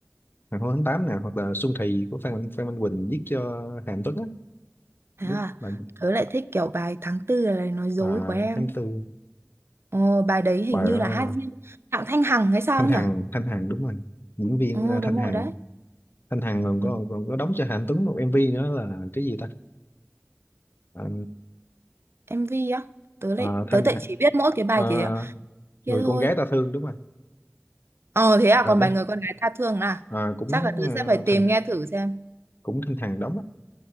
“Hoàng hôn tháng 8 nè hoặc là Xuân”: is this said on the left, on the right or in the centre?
Left